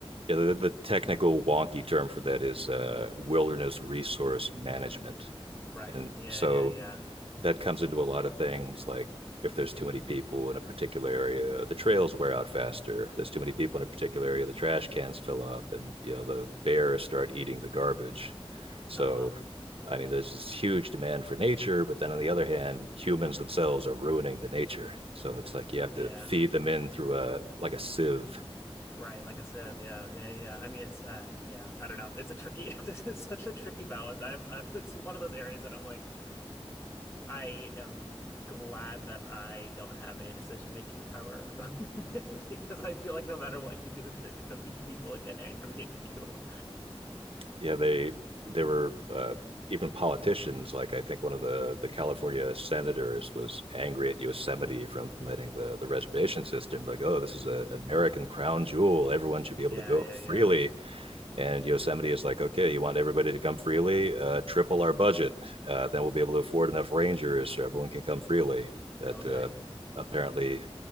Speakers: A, on the right (about 65°); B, on the left (about 25°).
A: Yeah, the, the technical wonky term for that is uh, wilderness resource management.
B: right.
A: And
B: Yeah,
A: so
B: yeah, yeah.
A: that comes into a lot of things like if there's too many people in a particular area, the trails wear out faster. If there's too many people in a particular area, the trash cans fill up and you know the bears start eating the garbage. So
B: Uh-huh.
A: I mean, there's this huge demand for nature, but then on the other hand, humans themselves are ruining the nature. So it's like you have
B: Yeah.
A: to feed them in through a like a sieve
B: Right, like a sieve. Yeah, yeah, yeah. I mean, it's uh, yeah. I don't know. It's a tricky. <laughs> It's, it's such a tricky balance. I'm, I'm. It's one of those areas that I'm like, I am glad that I don't have any decision making power <laughs> over it because I feel like no matter what you do, there are gonna be people that get angry at you.
A: yeah they they were uh, even politicians like i think one of the the california senators was angry at yosemite for implementing the the reservation system like oh this is an american crown jewel everyone should be able
B: Yeah,
A: to go
B: yeah, yeah.
A: freely and yosemite is like okay you want everybody to come freely uh, triple our budget uh, then we'll be able to afford enough rangers so everyone can come freely that
B: Totally.
A: uh, apparently